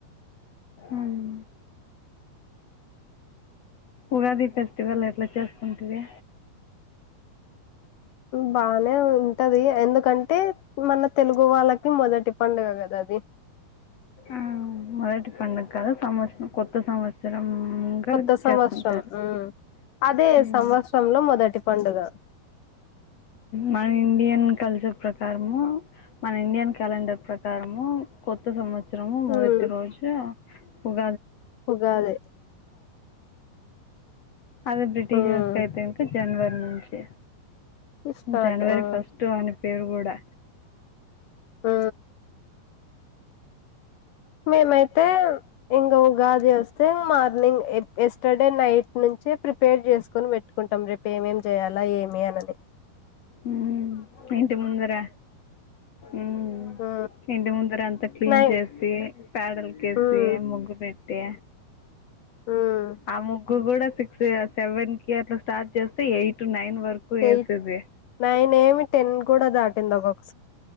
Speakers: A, on the left (about 55°); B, on the left (about 75°).
A: ఉమ్ ఉగాది ఫెస్టివల్ ఎట్లా చేసుకుంటిరి
B: బానే ఉంటది ఎందుకంటే మన తెలుగు వాళ్ళకి మొదటి పం పండగ కదా అది
A: ఆ మొదటి పండగ కదా సంవత్సరం కొత్త సంవత్సరంగా
B: కొత్త
A: చేసుకుంటారు
B: సంవత్సరం ఉమ్ అదే
A: ఉమ్
B: సంవత్సరంలో మొదటి పండుగ
A: మన ఇండియన్ కల్చర్ ప్రకారము మన ఇండియన్ క్యాలెండర్ ప్రకారము ము కొత్త సంవత్సరము మొదటి
B: ఉమ్
A: రోజు <unintelligible>
B: ఉగాది
A: అదే బ్రిటిషర్స్కయితే
B: ఉమ్
A: జనవరి నుంచి
B: స్టార్ట్
A: జనవరి
B: ఆ
A: ఫస్ట్ అని పేరు కూడా
B: ఆ మేమైతే ఇంగ ఉగాది వస్త వస్తె మార్నింగ్ ఎస్టర్డే నైట్ నుంచి ప్రిపేర్ చేసుకోని పెట్టుకుంటాం రేపు ఏమేం చేయాలి లా ఏమి అన్నది
A: ఉమ్ ఇంటి ముందర ఉమ్
B: ఉమ్,
A: ఇంటి ముందర అంత అంతా క్లీన్
B: నైన్
A: చేసి పేడల్కేసి
B: ఉమ్
A: ముగ్గు పెట్టి
B: ఉమ్
A: ఆ ముగ్గురు కూడా సిక్స్ సెవెన్ కి అట్లా స్టార్ట్ చేస్తే ఎయిట్ నైన్ వర్క్ చేసేది
B: ఎయిట్ నైన్ ఏమి టెన్ కూడా దాటింది ఒకొక్క